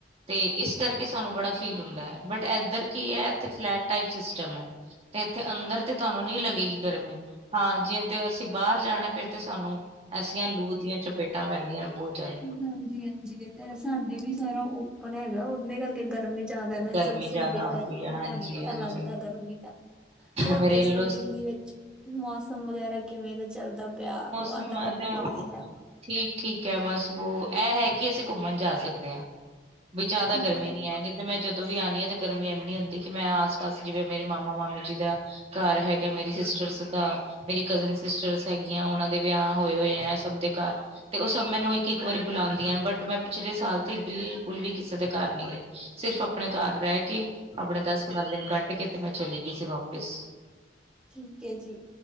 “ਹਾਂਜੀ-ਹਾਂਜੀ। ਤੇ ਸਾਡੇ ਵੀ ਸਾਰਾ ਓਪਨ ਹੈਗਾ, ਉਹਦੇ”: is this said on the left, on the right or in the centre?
Centre